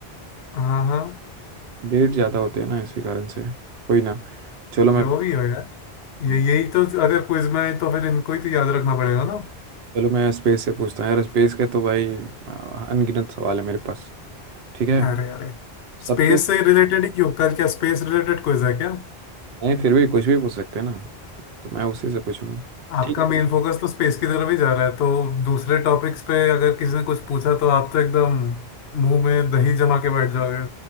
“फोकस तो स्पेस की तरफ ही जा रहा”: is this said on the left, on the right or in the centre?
Left